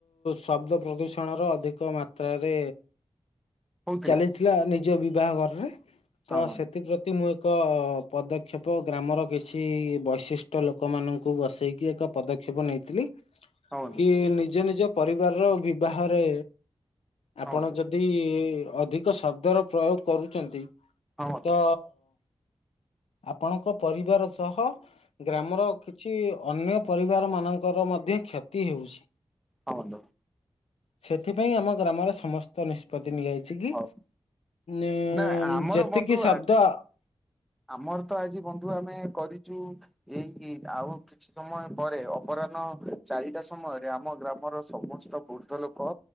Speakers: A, on the left (about 80°); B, in the centre.
A: ଶବ୍ଦ ପ୍ରଦୂଷଣର ଅଧିକ ମାତ୍ରାରେ
B: ହଉଥିଲା
A: ଚାଲିଥିଲା ନିଜ ବିବାହ ଘରରେ
B: ହଁ
A: ତ
B: ବନ୍ଧୁ
A: ସେଥିପ୍ରତି। ମୁଁ ଏକ ପଦକ୍ଷେପ ଗ୍ରାମର କିଛି ବୈଶିଷ୍ଟ ଲୋକମାନାନଙ୍କୁ ବସେଇକି ଏକ ପଦକ୍ଷେପ ନେଇଥିଲି।
B: ହଁ ବନ୍ଧୁ
A: କି ନିଜ ନିଜ ପରିବାରର ବିବାହରେ ଆପଣ
B: ହଁ ବନ୍ଧୁ
A: ଯଦି ଯଦି ଅଧିକ ଶବ୍ଦର ପ୍ରୟୋଗ କରୁଛନ୍ତି
B: ହଁ ବନ୍ଧୁ ହଁ ବନ୍ଧୁ
A: ତ ଆପଣଙ୍କ ପରିବାର ସହ ଗ୍ରାମର କି କିଛି ଅନ୍ୟ ପରିବାର ମାନଙ୍କର ମଧ୍ୟ କ୍ଷତି ହେଉଛି।
B: ହଅନ୍ତ।
A: ସେଥିପାଇଁ ଆମ ଗ୍ରାମରେ ସମସ୍ତ ନିଷ୍ପତ୍ତି ନିଆଯାଇଛି କି
B: ହଉ
A: ଉ
B: ନା ଆମର
A: ଯେତିକି
B: ବନ୍ଧୁ
A: ଶବ୍ଦ।
B: ଆଜି ଆମର ତ ଆଜି ବନ୍ଧୁ ଆମେ କରିଛୁ ଏଇ ଆଉ। କିଛି ସମୟ ପରେ ଅପରାହ୍ନ ଚାରିଟା ସମୟରେ ଆମ ଗ୍ରାମର ସମସ୍ତ ବୃଦ୍ଧ ଲୋକ।